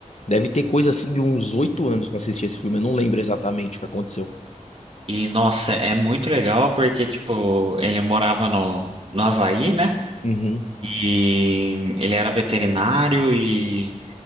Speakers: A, on the left; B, on the right.
A: Deve ter coisa assim de uns oito anos que eu assisti esse filme. Eu não lembro exatamente o que aconteceu.
B: E, nossa, é muito legal porque, tipo, ele morava no, no Havaí, né?
A: Uhum,
B: E ele era veterinário e,